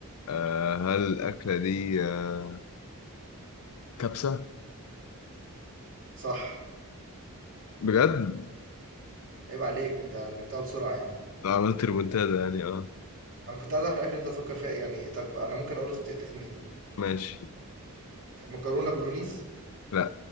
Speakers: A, on the left (about 70°); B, on the right (about 60°).
A: آه هل الأكلة دي آه كبسة؟
B: صح
A: بجد؟
B: عيب عليك انت جبتها بسرعة يعني
A: آه، عملت ريمونتادا يعني اه
B: انا كنت عايز اعرف الاكل اللي انت تفكر فيها ايه يعني طب انا ممكن اقول اخت- تخمين
A: ماشي
B: مكرونة بولونيز
A: لا